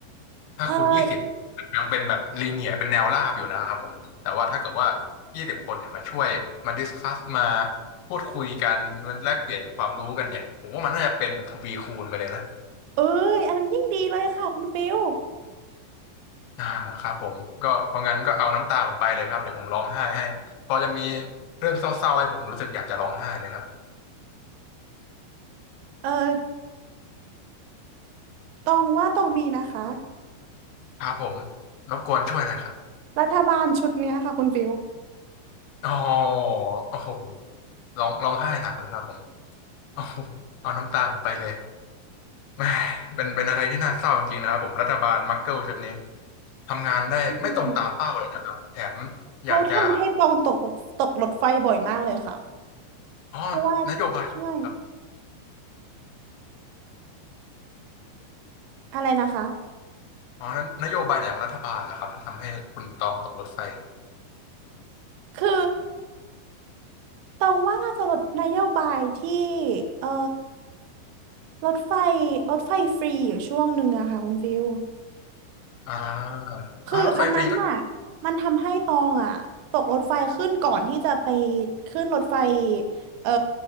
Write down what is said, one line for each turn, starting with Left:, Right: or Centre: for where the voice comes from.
Left: ถ้าคูณยี่สิบ
Right: เออ
Left: ยังเป็นแบบ linear เป็นแนวราบอยู่นะครับผมแต่ว่าถ้าเกิดว่ายี่สิบคนเนี่ยมาช่วยมาดิสคัสมาพูดคุยกันมันแลกเปลี่ยนความรู้กันเนี่ยผมว่ามันน่าจะเป็นแบบทวีคูณไปเลยนะ
Right: เอ้ยอันนั้นยิ่งดีเลยค่ะคุณฟิล
Left: อ่าครับผมก็เพราะงั้นก็เอาน้ำตาผมไปเลยครับเดี๋ยวผมร้องไห้ให้พอจะมีเรื่องเศร้าๆให้ผมรู้สึกอยากจะร้องไห้เลยครับ
Right: เออตองว่าตองมีนะคะ
Left: ครับผมรบกวนช่วยหน่อยครับ
Right: รัฐบาลชุดเนี้ยค่ะคุณฟิล
Left: อ๋อโอ้โหร้องร้องไห้หนักเลยครับผม โอ้โหเอาน้ำตาผมไปเลยแหม่เป็นเป็นอะไรที่น่าเศร้าจริงๆนะครับผมรัฐบาลมักเกิลชุดนี้ทำงานได้ไม่ตรงตามเป้าเลยนะครับแถม
Right: ใช่ค่ะ เขาทำให้ตองตกตกตกรถไฟบ่อยมากเลยค่ะ
Left: อยากจะอ๋อ
Right: เพราะว่า
Left: นโยบายครับ
Right: ใช่อะไรนะคะ
Left: อ๋อนนนโยบายไหนของรัฐบาลเหรอครับที่ทำให้คุณตองตกรถไฟ
Right: คือตองว่าน่าจะลดนโยบายที่เอ่อรถไฟรถไฟฟรีอยู่ช่วงหนึ่งอะค่ะคุณฟิว
Left: อ่า
Right: คืออันนั้นน่ะ
Left: อ่ารถไฟฟรีก็
Right: มันทำให้ตองอะตกรถไฟขึ้นก่อนที่จะไปขึ้นรถไฟเอ่อ